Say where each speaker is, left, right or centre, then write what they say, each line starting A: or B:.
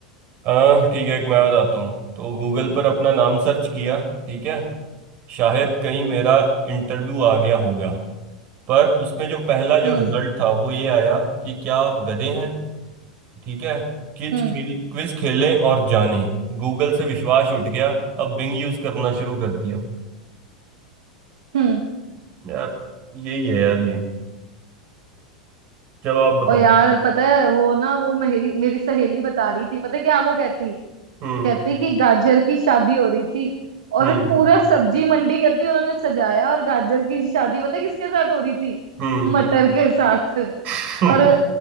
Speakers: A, on the right; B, on the right.
A: आ, ठीक है एक मैं बताता हूँ तो गूगल पर अपना नाम सर्च किया ठीक है शायद कहीं मेरा इंटरव्यू आ गया होगा पर उसमें जो पहला
B: हम्म
A: जो रिजल्ट था वो ये आया कि क्या आप गधे हैं ठीक है क्विज
B: हम्म
A: खेल क्विज खेलें और जानें गूगल से विश्वास उठ गया अब बिंग यूज करना शुरू कर दिया
B: हम्म
A: यार यही है यार ये चलो आप बताओ
B: और यार पता है वो ना वो मेरी मेरी सहेली बता रही थी पता है क्या वो कहती
A: हम्म
B: कहते कि गाजर की शादी हो रही थी और
A: हम्म
B: पूरा सब्जी मंडी कहती उन्होंने सजाया और गाजर की शादी पता है किसके साथ हो रही थी
A: हम्म
B: मटर के साथ
A: <laughs> हम्म
B: और